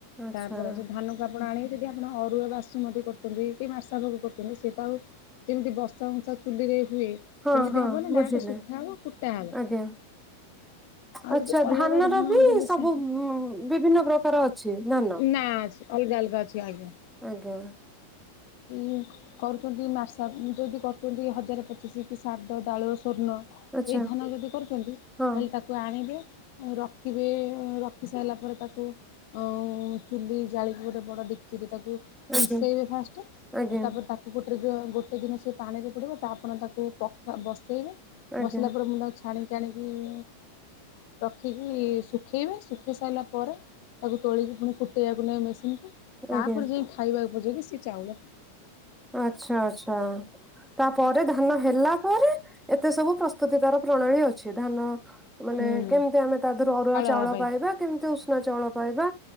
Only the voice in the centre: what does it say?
ଆଚ୍ଛା।
ହଁ ହଁ
ବୁଝିଲେ
ଆଜ୍ଞା।
ଆଚ୍ଛା
ଧାନର
ବି
ସବୁ
ବିଭିନ୍ନ ପ୍ରକାର ଅଛି ଧାନ।
ଆଜ୍ଞା।
ଆଚ୍ଛା
ହଁ
ଆଜ୍ଞା
ଆଜ୍ଞା
ଆଜ୍ଞା
ଆଜ୍ଞା।
ଆଚ୍ଛା ଆଚ୍ଛା। ତାପରେ ଧାନ ହେଲା ପରେ ଏତେ ସବୁ ପ୍ରସ୍ତୁତି ତାର ପ୍ରଣାଳୀ ଅଛି ଧାନ ମାନେ
କେମିତି ଆମେ ତା ଦେହରୁ ଅରୁଆ ଚାଉଳ
ପାଇବା। କେମ୍ତି ଉଷୁନା ଚାଉଳ ପାଇବା